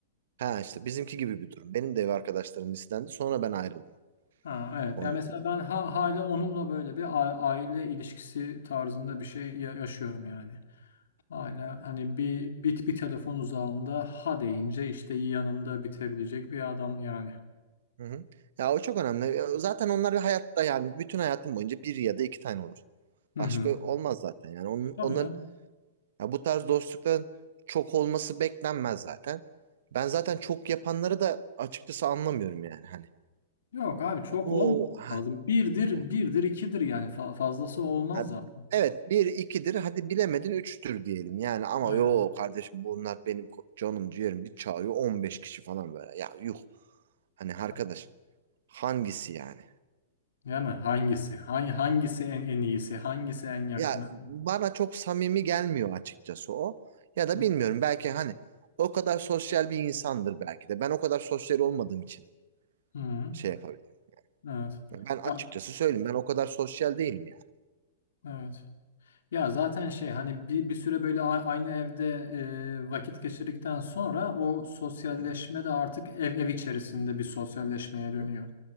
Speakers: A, on the right; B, on the left.
A: Ha işte bizimki gibi bir durum. Benim de ev arkadaşlarım listendi sonra ben ayrıldım
B: Ha evet.
A: onlardan.
B: Ya mesela ben ha- hala onunla böyle bir a- aile ilişkisi tarzında bir şey ya- yaşıyorum yani. Hala hani bir bit bir telefon uzağında ha deyince işte yanımda bitebilecek bir adam yani.
A: Hı hı. Ya o çok önemli. Zaten onlar bir hayatta yani bütün hayatım boyunca bir ya da iki tane olur.
B: Hı
A: Başka
B: hı.
A: olmaz zaten yani. Onun,
B: Tabii
A: onların
B: canım.
A: Ya bu tarz dostlukların çok olması beklenmez zaten. Ben zaten çok yapanları da açıkçası anlamıyorum yani hani.
B: Yok abi çok
A: O
B: olmaz
A: ha
B: lazım. Birdir,
A: yani.
B: birdir, ikidir yani Fa- fazlası olmaz
A: Ha,
B: zaten.
A: evet bir ikidir hadi bilemedin üçtür diyelim yani ama
B: Aynen.
A: yo kardeşim bunlar benim ko- canım ciğerim bir çağırıyor 15 kişi falan böyle ya yuh hani arkadaş
B: Tamam.
A: hangisi yani?
B: Yani hangisi? Hangi hangisi en en iyisi? Hangisi en yakını?
A: Ya bana çok samimi gelmiyor açıkçası o ya da
B: Hı.
A: bilmiyorum belki hani o kadar sosyal bir insandır belki de ben o kadar sosyal olmadığım için
B: Hı.
A: şey yapabilirim.
B: Evet.
A: Ben açıkçası
B: Ya
A: söyleyeyim. Ben o kadar sosyal değilim yani.
B: evet. Ya zaten şey hani bir bir süre böyle a- aynı evde e, vakit geçirdikten sonra o sosyalleşme
A: Hı hı.
B: de artık ev ev içerisinde bir sosyalleşmeye
A: Hı
B: dönüyor.
A: hı.